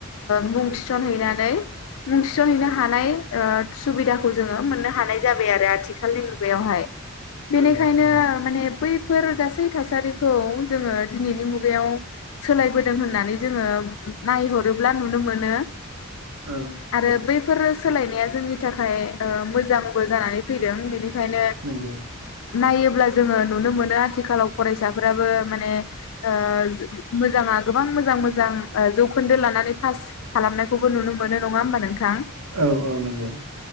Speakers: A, on the left; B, on the right.
A: मुं थिसनहैनानै मुं थिसनहैनो हानाय ओ सुबिदाखौ जोङो मोननो हानाय जाबाय आरो आथिखालनि मुगायावहाय। बेनिखायनो
B: औ औ
A: माने बैफोर गासै थासारिखौ जोङो दिनैनि मुगायाव सोलायबोदों होननानै जोङो नायहरोब्ला नुनो मोन
B: औ
A: आरो बैफोर सोलायनाया जोंनि थाखाय मोजांबो जानानै फैदों बेनिखायनो
B: नंगौ
A: नायोब्ला जोङो नुनो मोनो आथिखालाव फरायसाफोराबो माने ओ मोजाङा गोबां मोजां मोजां ओ जौ खोन्दो लानानै पास खालामनायखौबो नुनो मोनो नङा होमबा नोंथां
B: औ औ नंगौ।